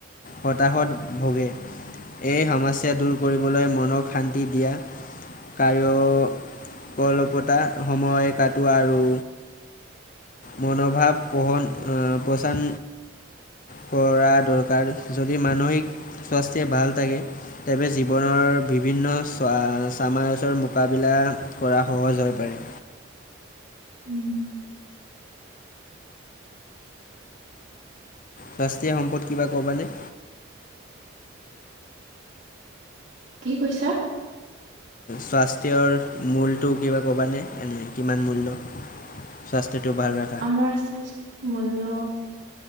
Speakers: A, on the left; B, on the right.
A: হতাহত ভাগে এই সমস্যা দূৰ কৰিবলৈ মনক শান্তি দিয়া আৰু কলপতা সময়ে কটোৱা আৰু মনোভাৱ পঢহন পচান কৰা দৰকাৰ যদি মানসিক স্বাস্থ্য ভাল থাকে তেৱ জীৱনৰ বিভিন্ন চ চামাৰছৰ মোকাবিলা কৰা সহজ হৈ পাৰে।
B: উম'।
A: ৰাষ্ট্ৰীয় সম্পদ কিবা ক'বানে?
B: কি কৈছা?
A: সাস্থ্যৰ মূলটো কিবা ক'বানে, কিমান মূল্য? স্বাস্থ্যটো ভাল ৰা
B: আমাৰ স্বাস্থ্য মূল্য